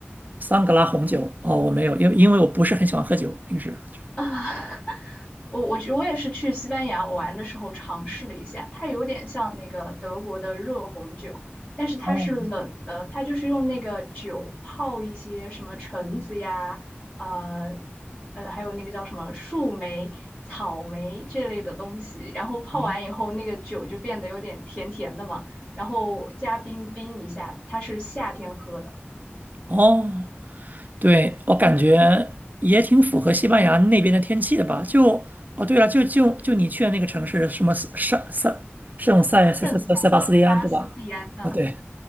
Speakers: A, on the right; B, on the left.
A: 桑格拉红酒哦，我没有，因为因为我不是很喜欢喝酒，平时就
B: 啊，<laughs> 我我我也是去西班牙玩的时候尝试了一下，它有点像那个德国的热红酒，但是它是冷的，
A: 哦
B: 它就是用那个酒泡一些什么橙子呀，呃呃，还有那个叫什么树莓、草莓这类的东西，然后泡完以后，
A: 没
B: 那个酒就变得有点甜甜的嘛，然后加冰冰一下，它是夏天喝的，
A: 哦，对，我感觉也挺符合西班牙那边的天气的吧？就哦，对了，就就就你去的那个城市，什么圣圣圣塞塞塞塞塞巴斯蒂安，
B: 圣塞巴斯蒂安，
A: 对吧？
B: 嗯。
A: 哦，对，